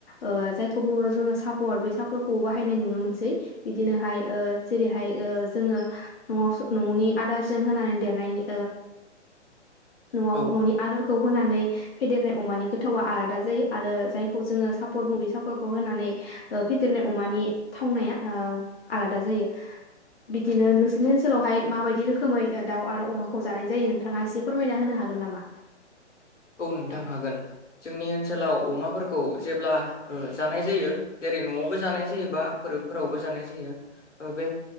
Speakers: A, on the left; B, on the left.
A: ओ बुङो जोङो सापर बे सापर्टखौबो बाहायनाय नुनो मोनसै बिदिनोहाय जेरैहाय जोङो न'आव न'नि आदारजों होनानै देरनायनि न आ
B: औ
A: न'नि खौ होनानै फेदेरनाय अमानि गोथावा आलादा जायो आरो जायखौ जोङो सापर्ट बु बे सापर्टखौ होनानै फेदेरनाय अमानि थावनाया आलादा जायो बिदिनो नोंसोरनि ओनसोलावहाय माबायदि रोखोमै दाउ आरो अमाखौ जानाय जायो नोंथाङा एसे फोरमायना होनो हागोन नामा?
B: औ नोंथां हागोन जोंनि ओनसोलाव अमाफोरखौ जेब्ला जानाय जायो जेरै न'आवबो जानाय जायो बा फोरबोफोरावबो जानाय जायो बे